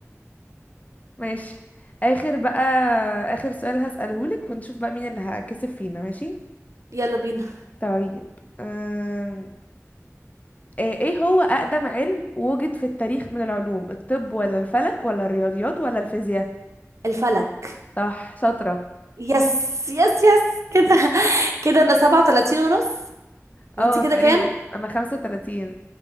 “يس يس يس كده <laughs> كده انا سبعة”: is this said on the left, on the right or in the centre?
Right